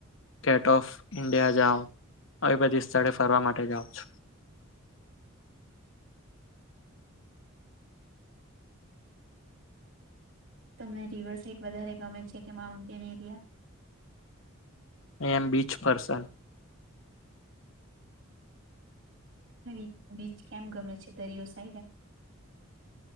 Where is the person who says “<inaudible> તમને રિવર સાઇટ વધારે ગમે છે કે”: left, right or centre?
Right